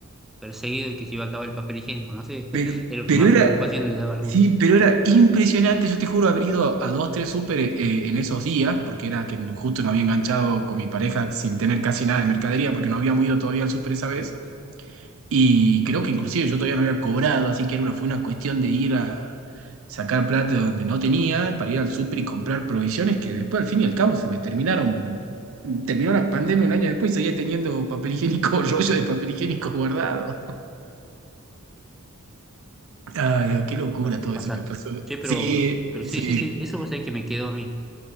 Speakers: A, in the centre; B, on the right.
A: perseguidos y que se iba a acabar el papel higiénico, no sé,
B: Pero,
A: <laughs> es lo
B: pero
A: que más
B: era,
A: preocupación le daba a algunos.
B: sí, pero era impresionante. Yo te juro haber ido a dos, tres súper eh, en esos días, porque era que justo no había enganchado con mi pareja sin tener casi nada de mercadería, porque no habíamos ido todavía al súper esa vez. Y creo que inclusive yo todavía no había cobrado, así que era una, fue una cuestión de ir a sacar plata de donde no tenía para ir al súper y comprar provisiones que después, al fin y al cabo, se me terminaron. Terminó la pandemia un año después y seguía teniendo papel higiénico, <laughs> rollo de papel higiénico guardado. Ah, Dios,
A: Ah,
B: qué locura
A: Igual te
B: todo
A: pasas.
B: eso que pasó.
A: Che, pero,
B: Sí,
A: pero
B: sí.
A: sí, sí, sí, eso vos sabés que me quedó a mí